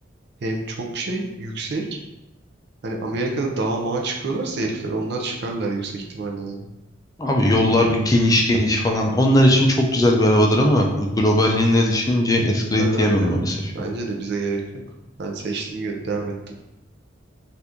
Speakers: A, on the right; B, on the left.
A: hem çok şey yüksek. Hani Amerika'da dağa mağa çıkıyorlarsa herifler onlar çıkarlar yüksek ihtimalle yani.
B: Abi yollar geniş geniş falan. Onlar için çok güzel bir arabadır ama hani globalliğinde düşününce Escalade
A: Tabii
B: diyemem
A: abi ya.
B: maalesef.
A: Bence
B: Yani.
A: de bize gerek yok. Ben seçtim devam ettim.